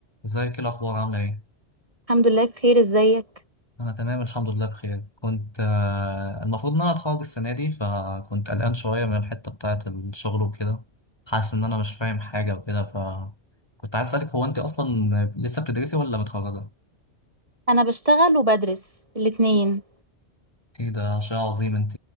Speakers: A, on the left; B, on the right.
A: ازيك ايه الاخبار عامله ايه
B: الحمد لله بخير ازيك
A: انا تمام الحمد لله بخير كنت آه، المفروض ان انا اتخرج السنه دي فكنت قلقان شويه من الحته بتاعه الشغل وكده حاسس ان انا مش فاهم حاجه وكده فكنت عايز اسالك هو انت اصلا لسه بتدرسي ولا متخرجه
B: انا بشتغل وبدرس الاتنين
A: ايه ده شيء عظيم انت